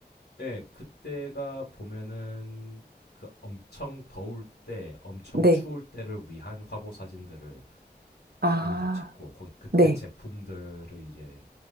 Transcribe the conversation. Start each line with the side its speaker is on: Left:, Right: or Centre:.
Left: 예, 그때가 보면은 그 엄청 더울 때, 엄청
Right: 네.
Left: 추울 때를 위한 화보 사진들을
Right: 아,
Left: 우르륵 찍고 거- 그때
Right: 네.
Left: 제품들을 이제